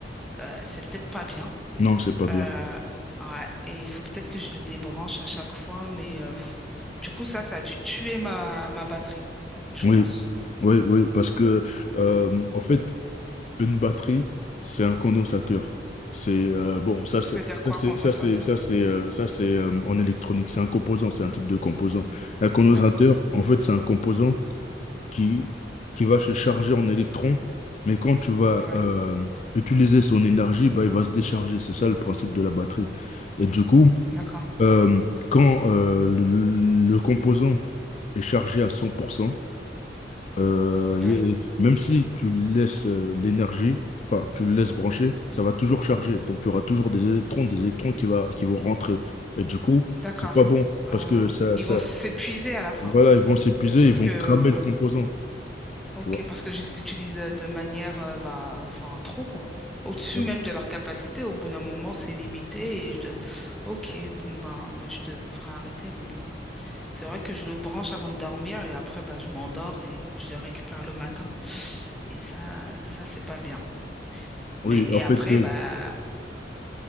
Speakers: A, in the centre; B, on the left.
A: Euh, c'est peut-être pas bien.
B: Non, c'est pas
A: Euh,
B: bien.
A: ouais. Et il faut peut-être que je le débranche à chaque fois. Mais euh, pff. du coup, ça, ça a dû tuer ma, ma batterie, je
B: Oui,
A: pense.
B: oui, oui, parce que euh, en fait, une batterie, c'est un condensateur. C'est euh, bon, ça c'est
A: Ça veut dire
B: ça
A: quoi,
B: c'est
A: condensateur?
B: ça c'est ça c'est euh, ça c'est euh, en électronique, c'est un composant, c'est un type de composant. Un condensateur,
A: D'accord.
B: en fait, c'est un composant qui, qui va se charger en électrons, mais quand tu vas
A: Ouais.
B: euh, utiliser son énergie, bah, il va se décharger. C'est ça le principe de la batterie. Et du coup,
A: D'accord.
B: euh, quand euh, le, le composant est chargé à 100%, euh,
A: Oui.
B: il- même si tu laisses euh, l'énergie, enfin, tu le laisses brancher, ça va toujours charger. Donc, tu auras toujours des électrons, des électrons qui, va, qui vont rentrer. Et du coup,
A: D'accord.
B: c'est pas bon
A: Ah.
B: parce que ça,
A: Ils
B: ça,
A: vont s'épuiser à la fin.
B: voilà, ils vont s'épuiser,
A: Parce
B: ils vont
A: que
B: cramer le composant,
A: Ok,
B: tu vois.
A: parce que je les utilise euh, de manière, euh, bah, enfin, trop, quoi. Au-dessus
B: Ouais.
A: même de leur capacité, au bout d'un moment, c'est limité et je dois- Ok, bon, ben, ouais, je devrais arrêter, mais bon. C'est vrai que je le branche avant de dormir et après, bah, je m'endors et je le récupère le matin. Et ça, ça, c'est pas bien.
B: Oui,
A: Mais, et
B: en fait,
A: après,
B: euh,
A: bah,